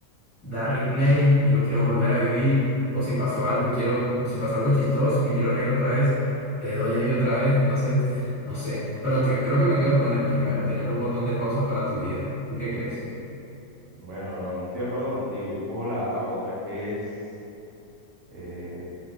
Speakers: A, on the left (about 15°); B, on the right (about 75°).
A: dar replay y lo quiero volver a vivir, o si pasó algo y quiero, si pasó algo chistoso y me quiero reír otra vez, le doy ahí otra vez, entonces, no sé, pero que- creo que me quedo con el primero, tener un botón de pausa para tu vida. ¿Tú qué crees?
B: Bueno, bro, no estoy de acuerdo contigo. Yo cojo la, la otra que es eh,